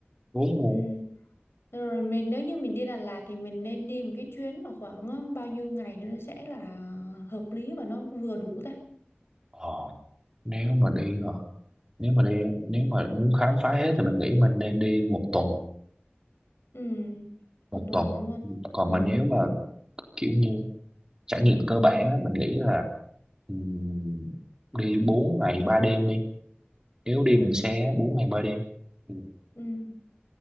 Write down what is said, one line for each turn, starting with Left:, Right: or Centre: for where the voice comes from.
Right: bốn mùa
Left: ừ rồi mình nếu như mình đi Đà Lạt thì mình nên đi một cái chuyến mà khoảng ờ, bao nhiêu ngày thì nó sẽ là hợp lý và nó vừa đủ ta
Right: ờ, nếu mà đi hả? nếu mà đi nếu mà muốn khám phá hết thì mình nghĩ mình nên đi một tuần
Left: ừ
Right: một
Left: một tuần
Right: tuần
Left: luôn
Right: còn
Left: ừ
Right: mà nếu mà kiểu như trải nghiệm cơ bản á, mình nghĩ là ừm, đi 4 ngày 3 đêm đi nếu
Left: ừ
Right: đi bằng xe á, bốn ngày ba đêm Ừ.
Left: ừ